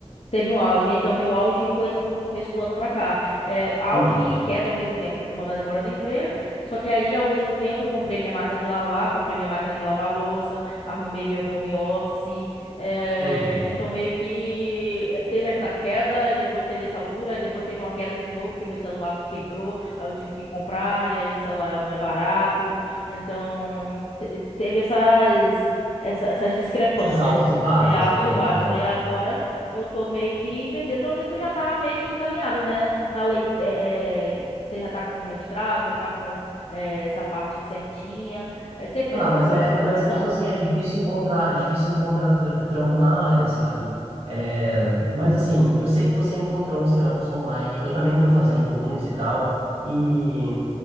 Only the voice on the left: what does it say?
Teve um auge. Então, meu auge foi, tipo, do começo do ano pra cá. É, auge
e queda ao mesmo tempo, porque eu fui mandada embora do emprego. Só que aí, ao mesmo tempo, eu comprei minha máquina de lavar, comprei minha máquina de lavar louça, arrumei meu home office. É,
então, meio que eh, teve aquela queda, e depois teve essa altura, e depois teve uma queda de novo, porque meu celular quebrou, aí eu tive que comprar, e aí, celular não é barato. Então, te- teve essas, essa- essas discrepâncias,
né?
É, altos
e baixos.
Aí agora eu tô meio que perdida. Pelo menos tu já tá meio que encaminhado, né? Na lei, é, é, você já tá com o mestrado, já tá com é, essa parte certinha. Eh, Você fez
uma
pós-graduação?